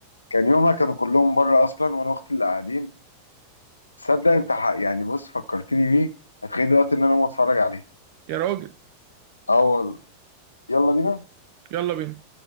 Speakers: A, on the left; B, on the right.
A: كان يومها كانوا كلهم بره اصلا وانا واختي اللي قاعدين تصدق انت ح- يعني بص فكرتني بيه هتخيل دلوقتي ان انا اقوم اتفرج عليه
B: يا راجل
A: اول يلا بينا
B: يلا بينا